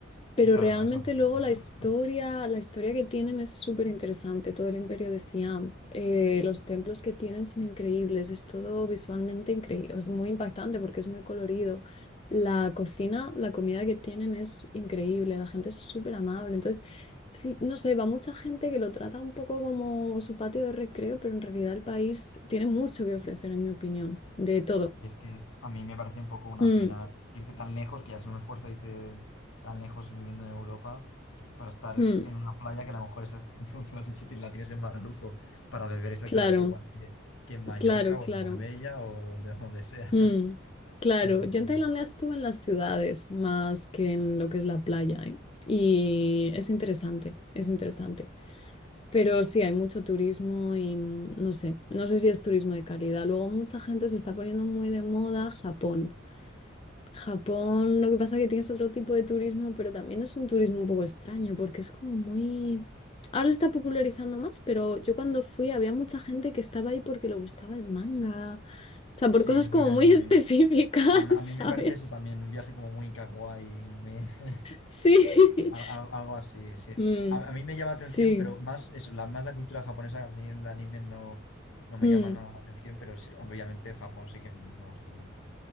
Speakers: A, on the left; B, on the left.
A: Sí,
B: Pero
A: claro,
B: realmente
A: para eso no.
B: luego
A: para
B: la
A: eso
B: historia,
A: no.
B: la historia que tienen es súper interesante, todo el imperio de Siam. Eh, los templos que tienen son increíbles, es todo visualmente increíble, es muy impactante porque es muy colorido. La cocina, la comida que tienen es increíble, la gente es súper amable. Entonces, sí, no sé, va mucha gente que lo trata un poco como su patio de recreo, pero en realidad el país tiene mucho que ofrecer, en mi opinión, de todo.
A: Y es que a mí me parece un poco una
B: Mm,
A: pena irte tan lejos, que ya es un esfuerzo irte tan lejos viviendo en Europa, para estar
B: mm,
A: en una playa que a lo mejor exactamente <laughs> como tú lo has dicho, ti- la tienes en Magalufo, para beber exactamente
B: claro,
A: igual que, que en Mallorca
B: claro,
A: o
B: claro.
A: en Marbella o donde, donde sea.
B: Mm,
A: <laughs>
B: claro,
A: Entonces,
B: yo en Tailandia estuve en las ciudades más que en lo que es la playa, ¿eh? Y es interesante, es interesante. Pero sí, hay mucho turismo y mm, no sé, no sé si es turismo de calidad. Luego mucha gente se está poniendo muy de moda Japón. Japón, lo que pasa es que tienes otro tipo de turismo, pero también es un turismo un poco extraño, porque es como muy... Ahora se está popularizando más, pero yo cuando fui había mucha gente que estaba ahí porque le gustaba el manga, o sea, por
A: sí,
B: cosas
A: muy
B: como
A: de
B: muy
A: anime.
B: <laughs> específicas,
A: A, a
B: ¿sabes?
A: mí me parece eso también, un viaje como muy kawaii, muy... <laughs>
B: Sí,
A: Al-
B: <laughs>
A: al- Algo así, sí.
B: Mm,
A: A, a mí me llama
B: sí,
A: atención, pero más eso, la, más la cultura japonesa, a mí el anime no, no me
B: Mm,
A: llama nada la atención, pero sí, obviamente Japón sí que me gustaría.